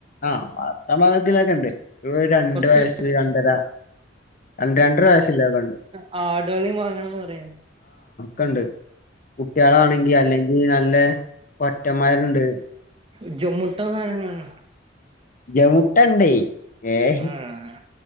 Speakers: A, on the left (about 45°); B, on the right (about 25°).
A: ആഹ് വളർത്താൻ ഭാഗത്തില്ലൊക്കെണ്ട് ഒരു രണ്ട്
B: കൊറച്ച്
A: വയസ്സ് രണ്ടര രണ്ട് രണ്ടര വയസ്സില്ല ഒക്കെ ഇണ്ട്
B: <unintelligible> വാങ്ങണന്ന് പറയും
A: കണ്ട് കുട്ടികളാണെങ്കി അല്ലെങ്കിൽ നല്ല കൊറ്റന്മാരുണ്ട്
B: <unintelligible>
A: ജമുട്ടണ്ടേ ഏഹ്
B: ആഹ്